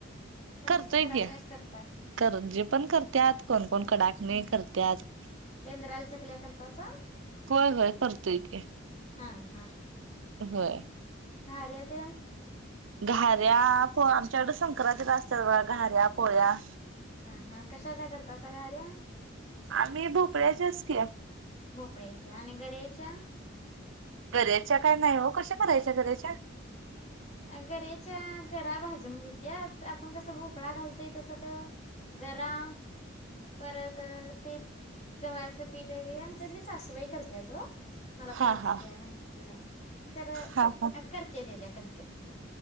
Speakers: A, on the left; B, on the right.
A: काय
B: करतोय
A: नुसतं कडाकण्याच
B: कि
A: करताय
B: कर जे पण करतत कोणकण कडाकणी करतत
A: बेंद्राला चकल्या करतासा
B: होय होय करतोय कि
A: हा हा
B: होय.
A: बर्याद
B: घऱ्या पोळ्या आमच्याकड संक्रांती ला असत बघ घऱ्या पोळ्या
A: ह हा कशाच्या करत अस गार्या
B: आम्ही भोकळ्याच्या असती
A: भोपळ्याच्या आणि गर्याच्या
B: करायच्या काय नाही हो कश करायच. कयच्या
A: घरेच्या गरा भाजून घेतया आपण कस भोपळा घालतोय तसा त्या गराम. परत ते गव्हाचं पीठ वगैरे त्यातरी सासूबाई करते तो मला
B: हा
A: पण यातली
B: हा
A: काय माहिती नाही खरं
B: हा हा
A: करते य येत्या. ठीक सर